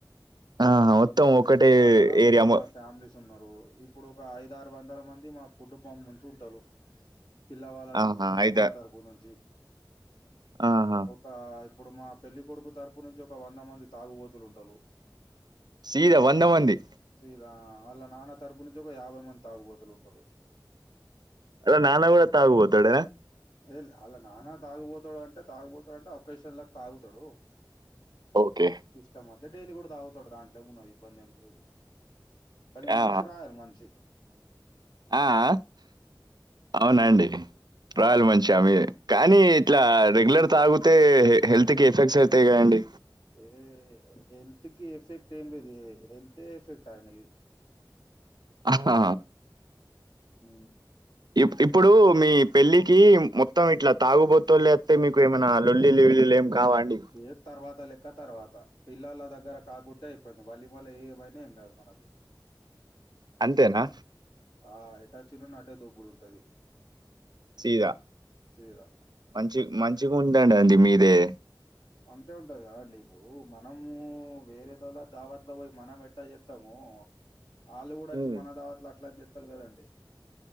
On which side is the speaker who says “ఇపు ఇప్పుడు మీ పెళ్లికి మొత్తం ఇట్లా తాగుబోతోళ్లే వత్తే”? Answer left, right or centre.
Right